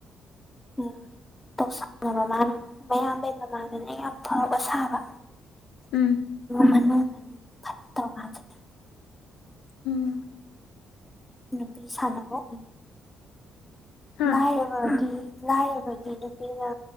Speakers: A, on the left; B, on the left.
A: ꯎꯝ ꯇꯧꯁꯟꯅꯕ ꯃꯥꯅ ꯃꯌꯥꯝꯕꯩ ꯃꯃꯥꯡꯗꯅꯦ ꯌꯥꯝ ꯐꯕ ꯁꯥꯕ
B: ꯎꯝ
A: ꯃꯅꯨꯡ ꯐꯠꯇꯕ ꯃꯥꯖꯦ
B: ꯎꯝ
A: ꯅꯨꯄꯤ ꯁꯥꯟꯅꯕ
B: ꯍꯥ
A: ꯂꯥꯏꯔꯕꯗꯤ ꯂꯥꯏꯔꯕꯒꯤ ꯅꯨꯄꯤꯅ